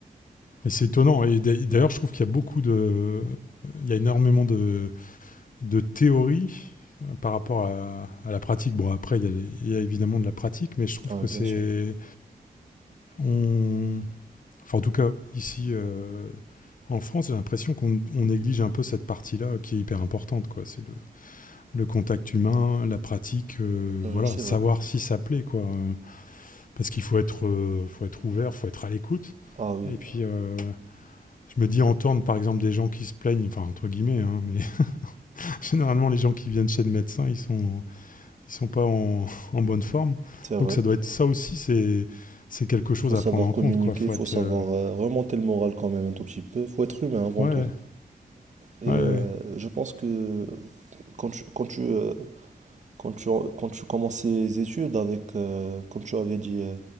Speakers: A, on the left (about 60°); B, on the right (about 50°).
A: Mais c'est étonnant. Et d'ailleurs, je trouve qu'il y a beaucoup de. Il y a énormément de, de théories euh, par rapport à, à la pratique. Bon, après, il y, a, il y a évidemment de la pratique, mais je trouve
B: Ah oui,
A: que
B: bien
A: c'est.
B: sûr.
A: On... Enfin, en tout cas, ici, euh, en France, j'ai l'impression qu'on on néglige un peu cette partie-là euh, qui est hyper importante, quoi. C'est le, le contact humain, la pratique, euh,
B: Euh,
A: voilà,
B: c'est
A: savoir
B: vrai.
A: si ça plaît, quoi. Euh, Parce qu'il faut être, euh, faut être ouvert, il faut être à l'écoute.
B: Ah oui,
A: Et puis. euh, Je me dis entendre par exemple des gens qui se plaignent, enfin entre guillemets, hein, mais <laughs> généralement les gens qui viennent chez le médecin, ils sont, ils sont pas en, <laughs> en bonne forme.
B: c'est vrai.
A: Donc ça doit être ça aussi, c'est, c'est quelque chose
B: Il faut
A: à
B: savoir
A: prendre en
B: communiquer,
A: compte, quoi. Faut
B: il faut
A: être.
B: savoir
A: euh,
B: euh, remonter le moral quand même un tout petit peu. Il faut être humain avant
A: Ouais,
B: tout. Et
A: ouais,
B: euh,
A: ouais.
B: je pense que quand tu, quand tu, euh, Quand tu, quand tu commences ces études avec, euh, comme tu avais dit, euh,